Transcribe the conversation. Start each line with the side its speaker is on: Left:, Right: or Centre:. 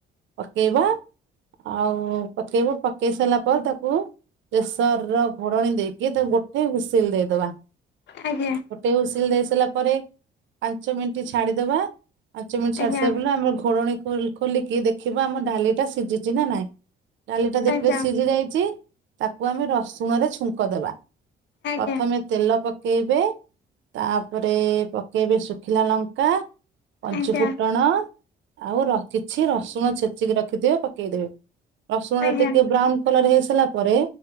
Right: ପକେଇବା। ଆଉ ପକେଇବୁ ପକେଇ ସାରିଲା ପରେ ତାକୁ ପେସର ର ଘୋଡ଼ଣୀ ଦେଇକି ତ ଗୋଟେ ହୁସିଲ ଦେଇଦବା।
Left: ଆଜ୍ଞା
Right: ଗୋଟେ ହୁସିଲ ଦେଇ ସାରିଲା ପରେ, ପାଞ୍ଚ ମିନିଟ୍ ଛାଡିଦବା ପାଞ୍ଚ ମିନିଟ୍ ଛାଡି
Left: ଆଜ୍ଞା
Right: ସାରା ପରେ ଆମ ଖୋଡଣୀ ଖୋଲ୍ ଖୋଲିକି ଦେଖିବା ଆମ ଡାଲି ଟା ସିଜିଚି ନା ନାଇଁ। ଡାଲିଟା ଦେଖିବେ
Left: ଆଜ୍ଞା।
Right: ସିଝି ଯାଇଚି ତାକୁ ଆମେ ରସୁଣରେ ଛୁଙ୍କ ଦେବା।
Left: ଆଜ୍ଞା
Right: ପ୍ରଥମେ ତେଲ ପକେଇବେ। ତାପରେ ପକେଇବେ ଶୁଖିଲା ଲଙ୍କା ପଞ୍ଚୁ
Left: ଆଜ୍ଞା
Right: ଫୁଟଣ ଆଉ ର ଖିଛି ରସୁଣ ଛେଚିକି ରଖିଥିବେ ପକେଇଦେବେ। ରସୁଣରା
Left: ଆଜ୍ଞା
Right: ଟିକେ ବ୍ରାଉନ କଲର ହେଇସାରିଲା ପରେ